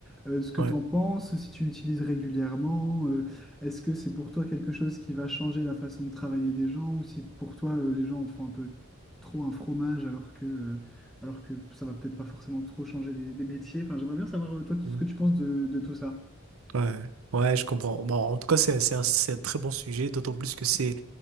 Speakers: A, in the centre; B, on the right (about 85°).
A: Euh, ce que
B: Ouais.
A: tu en penses, si tu l'utilises régulièrement, euh, est-ce que c'est pour toi quelque chose qui va changer la façon de travailler des gens ou si pour toi, euh, les gens en font un peu trop un fromage alors que... euh, alors que ça va peut-être pas forcément trop changer les, les métiers. Enfin, j'aimerais bien savoir, euh, toi, tout ce
B: Mhm.
A: que tu penses de de tout ça.
B: Ouais. Ouais, je comprends. Bon, en tout cas, c'est c'est un, c'est un très bon sujet, d'autant plus que c'est